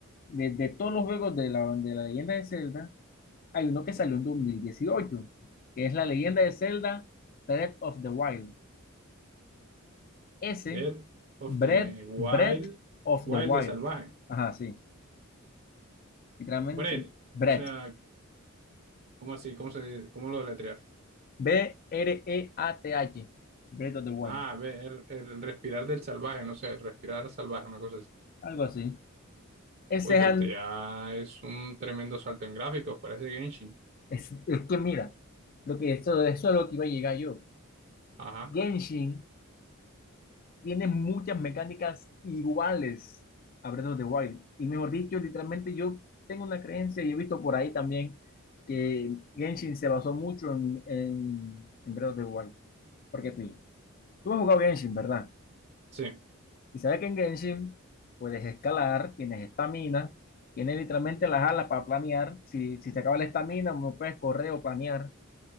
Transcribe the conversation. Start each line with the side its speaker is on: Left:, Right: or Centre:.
Left: de, de todos los juegos de la, de la leyenda de Zelda, hay uno que salió en dos mil dieciocho que es la leyenda de Zelda Breath of the Wild. Ese,
Right: Dead of
Left: Breath,
Right: the Wild.
Left: Breath of
Right: Wild
Left: the Wild.
Right: de salvaje.
Left: Ajá, sí. Literalmente,
Right: Bread.
Left: Breath.
Right: O sea, ¿cómo así? ¿Cómo se dice? ¿Cómo lo deletreas?
Left: B-R-E-A-T-H. Breath of the Wild.
Right: Ah, ver, el respirar del salvaje, no sé, respirar salvaje, una cosa así.
Left: Algo así. Ese
Right: Uy, pero
Left: es,
Right: este ya es un tremendo salto en gráficos, parece Genshin.
Left: es que mira, lo que esto, eso es lo que iba a llegar yo.
Right: Ajá,
Left: Genshin tiene muchas mecánicas iguales a Breath of the Wild. Y mejor dicho, literalmente yo tengo una creencia y he visto por ahí también que Genshin se basó mucho en, en, en Breath of the Wild. Porque pilla. Tú has jugado Genshin, ¿verdad?
Right: sí.
Left: Y sabes que en Genshin puedes escalar, tienes estamina, tienes literalmente las alas para planear. Si, si te acaba la estamina, no puedes correr o planear.